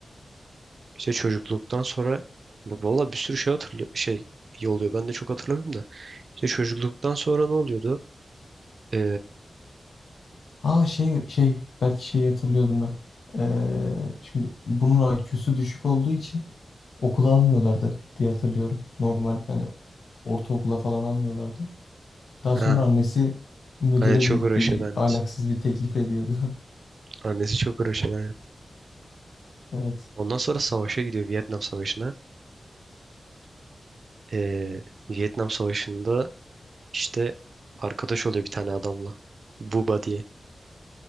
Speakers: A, on the right (about 70°); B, on the left (about 85°).
A: İşte çocukluktan sonra bu- valla bir sürü şey hatırlıyor şey iyi oluyor. Ben de çok hatırlamıyorum da. İşte çocukluktan sonra ne oluyordu? Ee,
B: Aa şey şey belki şeyi hatırlıyordum ben. Ee, şimdi bunun IQ'su düşük olduğu için okula almıyorlardı diye hatırlıyorum. Normal hani ortaokula falan almıyorlardı. Daha
A: ha
B: sonra annesi müdüre
A: aynen çok
B: bir,
A: uğraşıyordu
B: bir
A: annesi.
B: ahlaksız bir teklif ediyordu. <laughs>
A: Annesi çok uğraşıyordu aynen.
B: Evet.
A: Ondan sonra savaşa gidiyor Vietnam Savaşı'na. Ee, Vietnam Savaşı'nda işte arkadaş oluyor bir tane adamla. Buba diye.